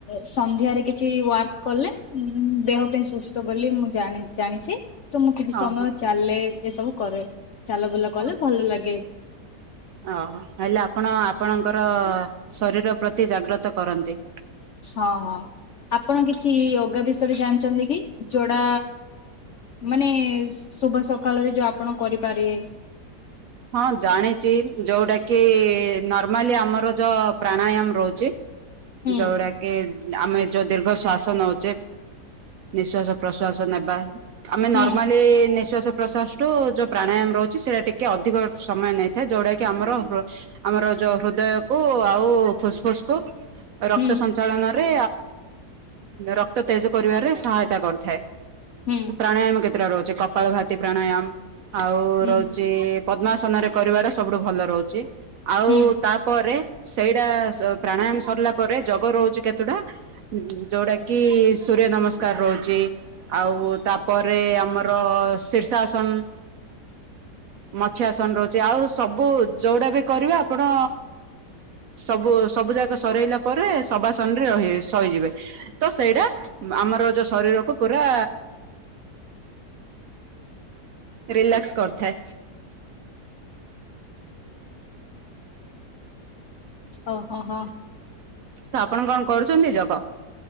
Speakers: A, on the left (about 65°); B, on the right (about 70°).
A: ସନ୍ଧ୍ୟାରେ କିଛି ୱାର୍କ କଲେ ଦେହ ପାଇଁ ତ ବୋଲି ମୁଁ ଜାଣି ଜାଣିଛି। ତ ମୁଁ କିଛି ସମୟ
B: ଓହୋ ହଁ।
A: ଚାଲେ ଏସବୁ କରେ ଚାଲ ବୁଲା କଲେ
B: ହଁ।
A: ଭଲ ଲାଗେ।
B: ଓହୋ ହେଲେ ଆପଣ ଆପଣଙ୍କର ଶରୀର ପ୍ରତି ଜାଗ୍ରତ କରନ୍ତି।
A: ହଁ ହଁ ଆପଣ କିଛି ଅଗା ବିଷୟରେ ଜାଣିଛନ୍ତି କି ଯୋଡା ମାନେ ଶୁଭ ସକାଳରେ ଯୋଉ ଆପଣ କରିପାରେ
B: ହଁ ଜାଣିଛି ଯୋଉଟା କି ନର୍ମାଲି ଆମର ଜୋ ପ୍ରାଣାୟାମ ରହୁଛି।
A: ହୁଁ
B: ଯଉଡା କି ଆମେ ଯୋଉ ଦୀର୍ଘ ଶ୍ଵାସ ନଉଛେ ନିଶ୍ଵାସ ପ୍ରଶ୍ଵାସ ନେବା ଆମେ
A: ହୁଁ
B: ନର୍ମାଲି ନିଶ୍ଵାସ ପ୍ରସ୍ୱାସଠୁ ଯୋଉ ପ୍ରାଣାୟାମ ରହୁଛି ସେଟା ଟିକେ ଅଧିକ ସମୟ ନେଇଥାଏ ଯୋଉଟା କି ଆମର ଆମର ଯୋଉ ହୃଦୟକୁ ଆଉ ଫୁସଫୁସ୍ କୁ ରକ୍ତ
A: ହୁଁ
B: ସଞ୍ଚାଳନା ରେ ରକ୍ତ ତେଜ କରିବାରେ ସହାୟତା କରିଥାଏ।
A: ହୁଁ
B: ସେ ପ୍ରାଣାୟାମ କେତେଟା ରହୁଛି କପାଳ ଭାତି ପ୍ରାଣାୟାମ ଆଉ
A: ହୁଁ
B: ରହୁଛି ପଦ୍ମାସନରେ କରିବାଟା ସବୁଠୁ ଭଲ ରହୁଛି ଆଉ
A: ହୁଁ
B: ତା ପରେ ସେଇଟା ପ୍ରାଣାୟାମ ସରିଲା ପରେ ଜଗ ରହୁଛି କେତେଟା ଯୋଉଟା କି ସୂର୍ଯ୍ୟ ନମସ୍କାର ରହୁଛି ଆଉ ତାପରେ ଆମର ଶୀର୍ଷାସନ ମଛି ଆସନ ରହୁଛି ଆଉ ସବୁ ଯୋଉଟା ବି କରିବେ ଆପଣ ସବୁ ସବୁ ଯାକ ସରେଇଲା ପରେ ସବାସନ ରେ ରହି ସହିଯିବେ ତ ସେଇଟା ଆମର ଯୋଉ ଶରୀରକୁ ପୁରା ରିଲାକ୍ସ କରିଥାଏ।
A: ଓ ହୋ ହଁ।
B: ତ ଆପଣ କଣ କରୁଛନ୍ତି ଯଗ?